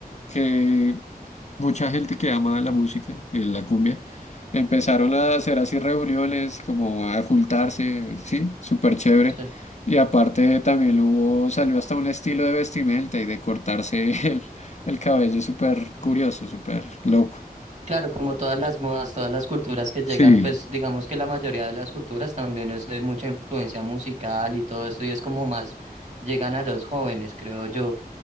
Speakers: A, on the left; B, on the right.
A: que mucha gente que ama la música, eh, la cumbia, empezaron a hacer así reuniones, como a juntarse, sí, súper chévere.
B: sí.
A: Y aparte también hubo, salió hasta un estilo de vestimenta y de cortarse <laughs> el, el cabello súper curioso, súper loco.
B: Claro, como todas las modas, todas las culturas que llegan,
A: Sí,
B: pues digamos que la mayoría de las culturas también es de mucha influencia musical y todo esto, y es como más llegan a los jóvenes, creo yo.